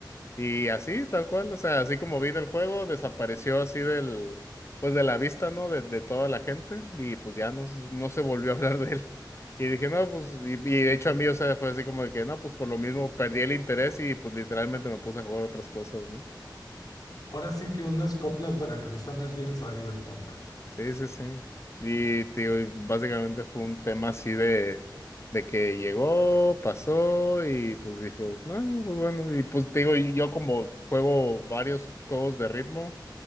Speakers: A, on the left; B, on the left.
A: Y así, tal cual, o sea, así como vino el juego, desapareció así del, pues de la vista, ¿no? De, de toda la gente, y pues ya no, se- no se volvió a hablar de él. Y dije, no, pues, y, y de hecho a mí, o sea, fue así como de que, no, pues por lo mismo perdí el interés y pues literalmente me puse a jugar otras cosas, ¿no?
B: Ahora sí que unas coplas veracruzanas bien cyberpunk.
A: Sí, sí, sí. Y tío, y básicamente fue un tema así de, de que llegó, pasó y pues dijo, ah, pues bueno, y pues te digo, y yo como juego varios juegos de ritmo,